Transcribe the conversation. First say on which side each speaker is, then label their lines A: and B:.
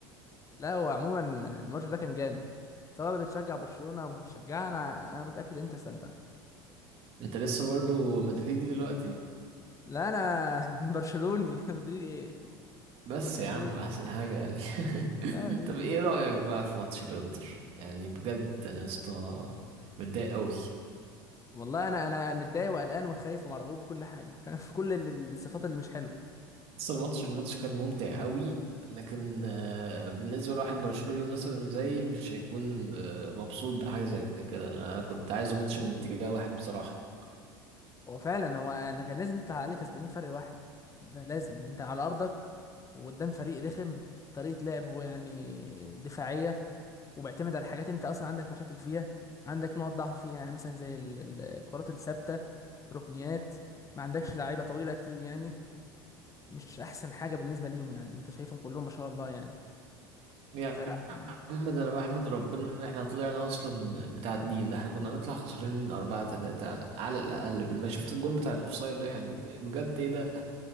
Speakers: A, on the left; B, on the right.
A: لا هو عموما الماتش ده كان جامد سواء بتشجع برشلونة او مش بتشجعها انا انا متأكد انت استمتعت
B: انت لسه برضو مدريدي دلوقتي
A: لا انا <laughs> برشلوني <laughs> مدريد ايه
B: بس
A: برشلوني
B: يا عم احسن حاجة يعني
A: لا
B: <laughs>
A: مدريد
B: طب
A: ايه
B: ايه رأيك بقى في ماتش الانتر يعني بجد انا يا اسطى متضايق قوي
A: والله انا انا متضايق وقلقان وخايف ومرعوب وكل حاجه فاهم <laughs> كل ال- الصفات اللي مش حلوه
B: بس الماتش الماتش كان ممتع قوي لكن آه، بالنسبة لواحد برشلوني مثلا زي مش هيكون آه، مبسوط بحاجة زي كده أنا أنا كنت عايزه ماتش من اتجاه واحد بصراحة
A: هو فعلا هو انا كان لازم نطلع عليه كسبانين فرق واحد ده لازم انت على ارضك وقدام فريق رخم طريقه لعبه يعني دفاعيه وبيعتمد على حاجات انت اصلا عندك مشاكل فيها عندك نقط ضعف فيها يعني مثلا زي ال- ال- الكرات الثابته ركنيات ما عندكش لعيبه طويله كتير يعني مش احسن حاجه بالنسبه ليهم يعني انت شايفهم كلهم ما شاء الله يعني
B: يا
A: فلا يعني
B: عم ده أنا بحمد ربنا إن إحنا طلعنا أصلا متعادلين ده إحنا كنا نطلع خسرانين أربعة تلاتة على على الأقل بالما شفت الجون بتاع الأوفسايد ده يعني بجد إيه ده